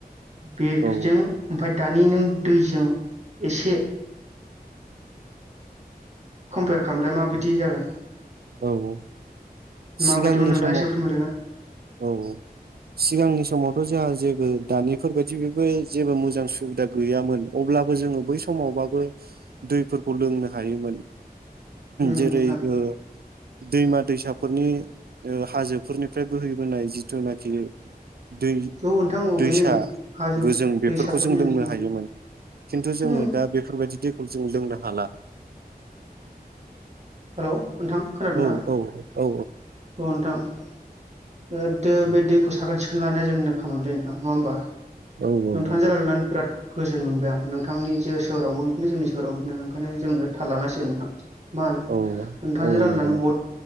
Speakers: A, on the right; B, on the right.
A: बेगजों
B: औ
A: ओमफ्राय दा नि नों दैजों एसे कमपेयार खालामलाय माबाय बिदि जागोन।
B: औ औ
A: माबायदिमोन
B: सिगांनि
A: नोंथाङा
B: समाव
A: एसे फोरमायदोना
B: औ औ सिगांनि समावथ' जोंहा जेबो दानिफोर बायदि बेबो जेबो मोजां सुबिदा गैयामोन अब्लाबो जोङो बै समावबाबो दैफोरखौ लोंनो हायोमोन।
A: उम
B: जेरै
A: नोंथां
B: ओ- दैमा दैसाफोरनि ओ- हाजोफोरनिफ्राय बोहैबोनाय जिथुनाखि। दै
A: औ नोंथां औ
B: दैसा
A: बेनो हाजो
B: गोजों बेफोरखौ
A: दैसाफोरनियानो
B: जों लोंनो
A: उम
B: हायोमोन खिन्थु जोङो
A: उम
B: दा बेफोरबायदि दैख जों लोंनो हाला।
A: हेलौ। नोंथां खोनादोंना
B: औ औ औ
A: औ नोंथां।
B: औ
A: बे दैखौ साखोन सोंनानो जमा खालामननानै दोनो नोंथां नङा होमबा?
B: औ औ
A: नोंथांजों
B: नंगौ
A: रायलायनानै बिराद गोजोन मोनबाय आं नोंथां। नोंथांनि जि सोहोरावबो बिदिनो जोंनि सोरहाव बिदिनो ओंखायनो जोङो थाल लानांसिगोन नोंथां। होनो
B: औ
A: नोंथांजों
B: औ
A: रायलायनानै
B: नंगौ नोंथां।
A: बहुत